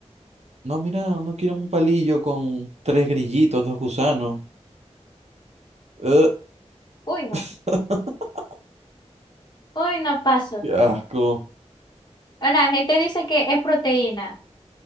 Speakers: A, on the right; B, on the left.
A: no, mira, no quieren un palillo con tres grillitos, dos gusanos. Ugh,
B: Uy, no,
A: <laughs>
B: uy, no paso.
A: qué asco.
B: Bueno, la gente dice que es proteína.